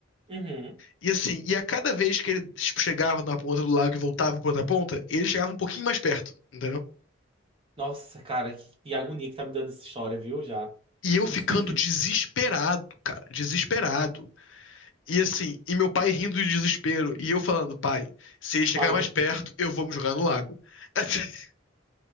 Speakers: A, on the right; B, on the left.
A: Uhum.
B: E assim, e a cada vez que ele, tipo, chegava na ponta do lago e voltava pra outra ponta, ele chegava um pouquinho mais perto, entendeu?
A: Nossa, cara, que, que agonia que tá me dando essa história, viu? Já.
B: E eu ficando
A: <laughs>
B: desesperado, cara, desesperado. E assim, e meu pai rindo de desespero, e eu falando, pai, se ele chegar
A: Para
B: mais
A: de rir.
B: perto, eu vou me jogar no lago. <laughs>